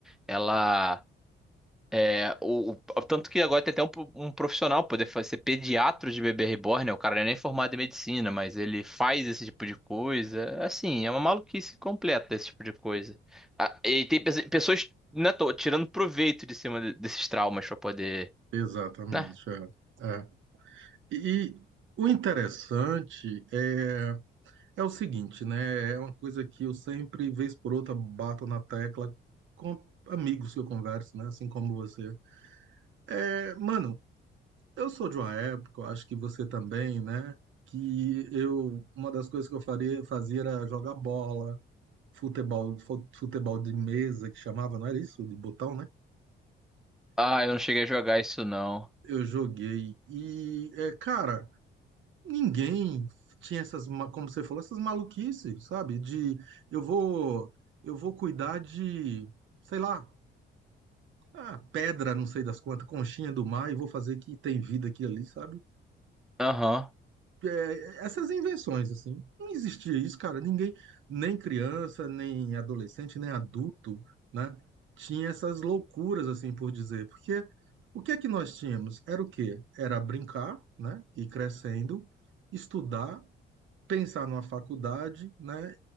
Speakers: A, in the centre; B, on the right.
A: Ela É, o, o- tanto que agora tem até um, um profissional poder fa- ser pediatra de bebê reborn, né? O cara não é nem formado em medicina, mas ele faz esse tipo de coisa. Assim, é uma maluquice completa esse tipo de coisa. Ah, e tem pe- pessoas, né, tô tirando proveito de cima de- desses traumas pra poder,
B: Exatamente,
A: né?
B: é. é. E, e o interessante é, é o seguinte, né? É uma coisa que eu sempre, vez por outra, bato na tecla com amigos que eu converso, né? Assim como você. É, mano, Eu sou de uma época, eu acho que você também, né? Que eu, uma das coisas que eu faria, fazia era jogar bola, futebol, fu- futebol de mesa, que chamava, não era isso? De botão, né?
A: Ah, eu não cheguei a jogar isso não.
B: Eu joguei. E, é, cara, ninguém tinha essas, ma- como você falou, essas maluquices, sabe? De eu vou, eu vou cuidar de, sei lá, ah, pedra, não sei das quantas, conchinha do mar, e vou fazer que tem vida aqui e ali, sabe?
A: Aham,
B: é, essas invenções, assim, não existia isso, cara. Ninguém, nem criança, nem adolescente, nem adulto, né, tinha essas loucuras, assim, por dizer. Porque o que é que nós tínhamos? Era o quê? Era brincar, né, ir crescendo, estudar, pensar numa faculdade, né,